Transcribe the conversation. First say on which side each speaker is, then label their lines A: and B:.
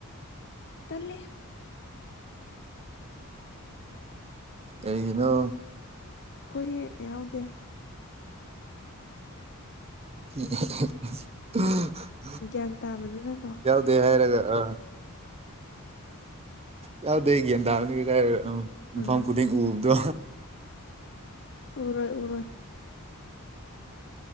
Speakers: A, on the left (about 55°); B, on the right (about 30°).
A: ꯇꯂꯦ
B: ꯀꯩꯒꯤꯅꯣ
A: ꯑꯩꯈꯣꯏ ꯌꯥ ꯌꯥꯎꯗꯦ
B: <inaudible>
A: ꯒ꯭ꯌꯥꯟ ꯇꯥꯕꯅꯤꯅꯀꯣ
B: ꯌꯥ ꯗꯦ ꯍꯥꯏꯔꯒ ꯑ ꯌꯥꯎꯗꯦ ꯒ꯭ꯌꯥꯟ ꯇꯥꯕꯅꯤ ꯀꯥꯏꯔꯒ
A: ꯑ
B: ꯃꯐꯝ ꯈꯨꯗꯤꯡ ꯎꯕꯗꯣ
A: ꯎꯔꯣꯏ ꯎꯔꯣꯏ